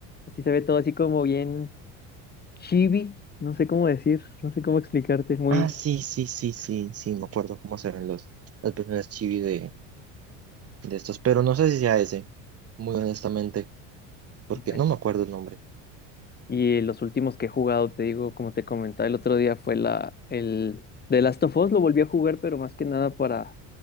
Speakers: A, on the left; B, on the right.
A: así se ve todo así como bien chibi, no sé cómo decir, no sé cómo explicarte, muy
B: Ah, sí, sí, sí, sí, sí, me acuerdo cómo se ven los, las personas chibi de, de estos, pero no sé si sea ese, muy honestamente, porque
A: bueno.
B: no me acuerdo el nombre.
A: Y los últimos que he jugado, te digo, como te comentaba el otro día, fue la, el The Last of Us, lo volví a jugar, pero más que nada para,